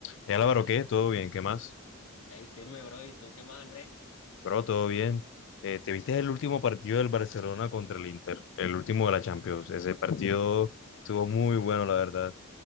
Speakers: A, on the left (about 60°); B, on the left (about 85°).
A: Eh, Álvaro, ¿qué? ¿Todo bien? ¿Qué más?
B: Ey, firme, bro. ¿Y tú qué más, Andrés?
A: Bro, todo bien. Eh, ¿te viste el último partido del Barcelona contra el Inter? El último de la Champions. Ese partido
B: Ey,
A: estuvo muy bueno, la verdad.